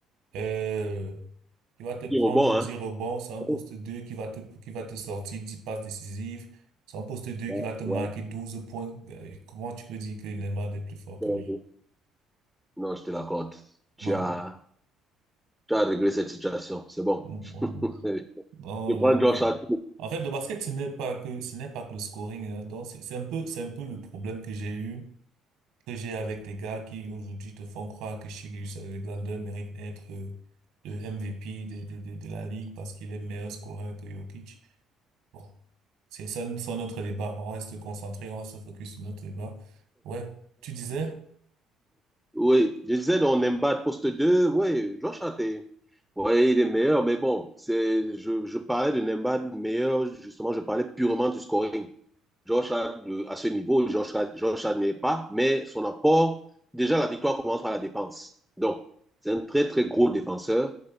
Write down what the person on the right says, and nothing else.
euh, qui va te prendre
10
rebonds, c'est un
poste 2 qui va te, qui va te sortir 10 passes décisives, c'est un poste deux
qui va te marquer 12 points. Euh, Comment tu peux dire que Neymar est plus fort que
lui?
Non,
on- on-
non,
regarde.
En fait, le basket, ce n'est pas que, ce n'est pas que le scoring, hein. Donc, c'est c'est un peu, c'est un peu le problème que j'ai eu que j'ai avec des gars qui aujourd'hui te font croire que Sharius Alexander mérite d'être euh, le MVP de, de, de, de la ligue parce qu'il est meilleur scoreur que Jokic. Bon, c'est ça, c'est notre débat. On reste concentré, on reste focus sur notre débat. Ouais, tu disais?